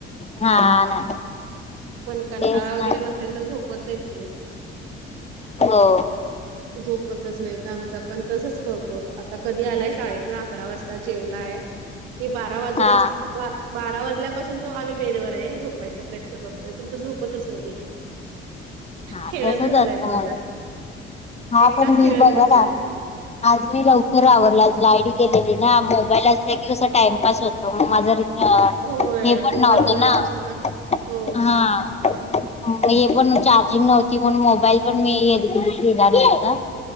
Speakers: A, on the left (about 20°); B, on the right (about 80°).
A: हा ना
B: पण कंटाळा
A: तेच
B: वगैरे
A: ना
B: नसेल तर झोपत नाहीत ते.
A: हो.
B: झोपतच नाही. आमचा पण तसच- हो हो आता कधी आलाय शाेत ना अकरा वाजता जेवलाय ते बारा वाजूपास
A: हा
B: वा बारा वाजल्यापासून तो आम्ही बेडवर आहे झोपायचा प्रयत्न करतोय पण तो झोपतच नाही
A: हा
B: खेळत
A: तसच
B: बसला
A: असतं
B: येतो आता
A: मला हा
B: एकटाच
A: पण भीर
B: खेळत
A: बघैर
B: बसलाय
A: आज मी लवकर आवरला आयडी गेलेली ना मोबाईल अस की अस टाइमपास होतो मग माझा हा
B: होय
A: हे पण
B: मोबाईल
A: नव्हतं
B: बघत
A: ना
B: बसतो हो
A: हा हे पण चार्जिंग नव्हती म्ह मोबाईल पण मी येणार होता